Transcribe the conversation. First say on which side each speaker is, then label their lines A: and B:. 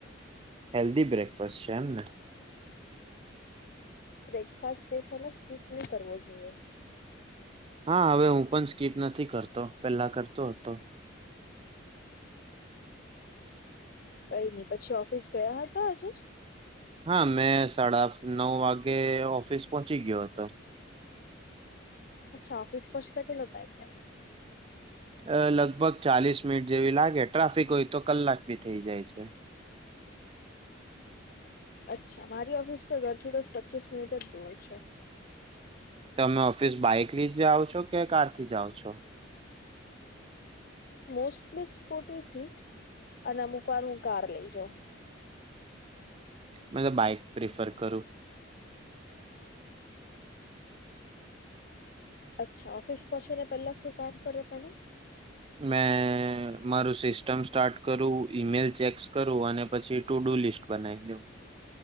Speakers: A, on the right; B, on the left.
A: Healthy breakfast છે એમ ને.
B: બ્રેકફાસ્ટ જે છે ને સ્કીપ નહી કરવો જોઈએ.
A: હા હવે હું પન સ્કીપ નથી કરતો પેલા કરતો હતો.
B: કઈ નઈ પછી ઓફિસ ગયા હતા આજે.
A: હા મેં સાડા નવ વાગે ઓફિસ પહોંચી ગ્યો હતો.
B: અચ્છા ઓફિસ પોછતા કેટલો ટાઈમ લાગે.
A: અ લગભગ ચાલીસ મિનિટ જેવી લાગે ટ્રાફિક હોય તો કલાક બી થઇ જાય છે.
B: અચ્છા મારી ઓફિસ તો ઘરથી બસ પચીસ મિનિટ જ દૂર છે.
A: તમે ઓફિસ બાઈક લથી જાઓ છો કે કાર થી જાઓ છો?
B: મોસ્ટલી સ્કૂટી થી, અને અમુક વાર હું કાર લઈ જા.
A: મે તો બાઈક પ્રિફર કરું.
B: અચ્છા ઓફિસ પહોંચી ને પેલા શું કામ કરો તમે?
A: મેં મારું સિસ્ટમ સ્ટાર્ટ કરું ઈમેલ ચેક્સ કરું અને પછી ટુ ડુ લિસ્ટ બનાવી દેવ.